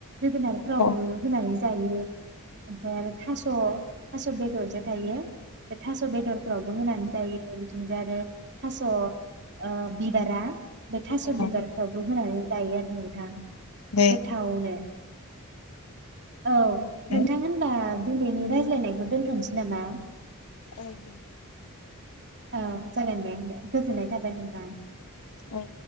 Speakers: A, on the right (about 50°); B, on the left (about 75°).
A: जोगोनारफ्रावबो
B: औ
A: होनानै जायो ओमफ्राय आरो थास' थास बेदरजे थायो बे थास' बेदरफोरावबो होननानै जायो बिथिं जा आरो थास' ओ बिबारा बे थास'
B: औ
A: बिबारफ्रावबो होनानै जायो आरो नोंथां
B: दे
A: गोथावनो औ
B: जाबाय
A: नोंथां होनबा दिनैनि रायज्लायनायखौ दोनथ'नोसै नामा
B: औ दे
A: औ जागोन दे दे गोजोननाय थाबाय नोंथां
B: औ